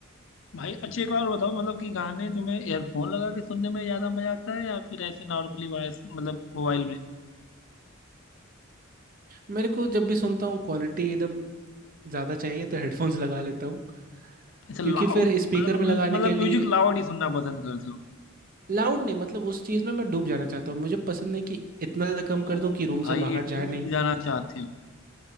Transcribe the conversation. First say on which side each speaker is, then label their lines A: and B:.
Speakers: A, on the left; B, on the right.
A: भाई अच्छी एक बार बताओ मतलब कि गाने तुम्हें एयरफोन लगा के सुनने में ज्यादा मजा आता है या फिर ऐसे नॉर्मली वॉइस मतलब मोबाइल में
B: मेरे को जब भी सुनता हूँ क्वालिटी एकदम ज़्यादा चाहिए तो हेडफोन्स लगा लेता हूँ
A: ऐसे लाउड
B: क्योंकि फिर स्पीकर
A: मतलब
B: में
A: मतलब
B: लगाने के लिए
A: म्यूजिक लाउड ही सुनना पसंद करते हो
B: लाउड नहीं मतलब उस चीज में मैं डूब जाना चाहता हूँ मुझे पसंद नहीं कि इतना ज्यादा कम कर
A: ओ
B: दूं कि रूम
A: भाई
B: से बाहर जाए
A: डूब
B: नहीं
A: जाना चाहते हो